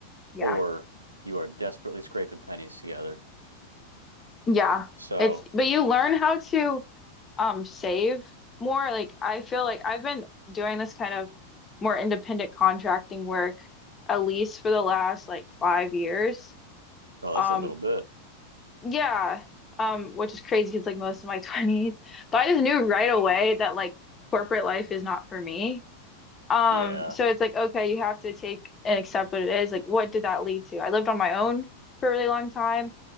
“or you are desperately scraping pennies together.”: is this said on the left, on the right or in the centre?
Right